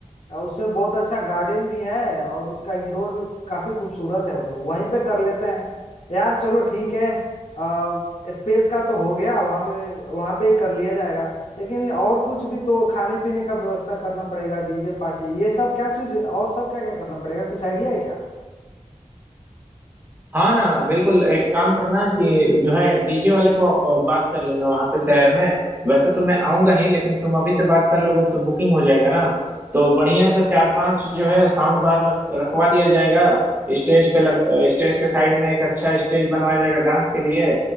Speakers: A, on the left; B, on the right.
A: अ, उसमें बहुत अच्छा गार्डन भी है और उसका इंडोर भी काफी खूबसूरत है वो तो वहीं पे कर लेते हैं यार चलो ठीक है आ, स्पेस का तो हो गया वहाँ पे वहाँ पे ही कर लिया जाएगा लेकिन और कुछ भी तो खाने पीने का व्यवस्था करना पड़ेगा डीजे पार्टी ये सब क्या चीज और सब क्या क्या करना पड़ेगा कुछ आइडिया है क्या
B: हाँ ना बिल्कुल एक काम करना कि जो है डीजे वाले को अ, बात कर लेना वहां पे शहर में वैसे तो मैं आऊंगा ही लेकिन तुम अभी से बात कर लोगे तो बुकिंग हो जाएगा ना तो बढ़िया सा चार पांच जो है साउंड बार लग, रखवा दिया जाएगा स्टेज पे लग स्टेज के साइड में एक अच्छा स्टेज बनवाया जाएगा डांस के लिए